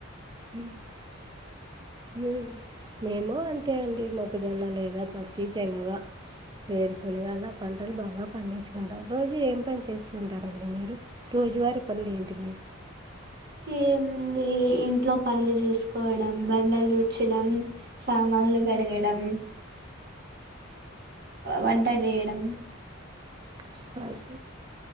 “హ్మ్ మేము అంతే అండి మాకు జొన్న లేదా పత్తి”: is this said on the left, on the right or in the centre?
Right